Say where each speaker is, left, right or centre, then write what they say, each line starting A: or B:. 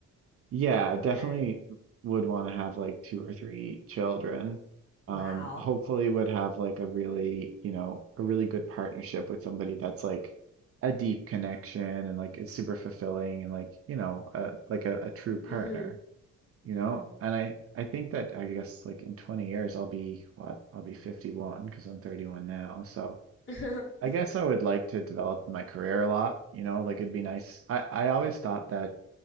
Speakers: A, on the right; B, on the left.
A: Yeah,
B: Okay.
A: definitely would want to have like two or three children.
B: Wow.
A: Um, hopefully would have like a really, you know, a really good partnership with somebody that's like a deep connection and like is super fulfilling and like, you know, uh, like a, a true partner,
B: hmm
A: you
B: hmm
A: know? And I I think that I guess like in 20 years I'll be what? I'll be 51 because I'm 31 now. So
B: <laughs>
A: I guess I would like to develop my career a lot, you know, like it'd be nice. I I always thought that